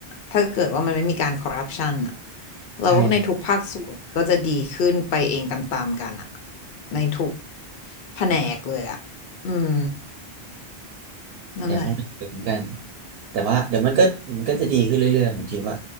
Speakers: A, on the left; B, on the right.
A: ถ้าเกิดว่ามันไม่มีการคอร์รัปชันอ่ะเราว่าในทุกภาคส่วนก็จะดีขึ้นไปเองตามๆกันอ่ะ
B: ใช่
A: ในทุกแผนกเลยอ่ะอืมนั่นแหละ
B: อยากให้มันเกิดเหมือนกันแต่ว่าเดี๋ยวมันก็มันก็จะดีขึ้นเรื่อยๆผมคิดว่า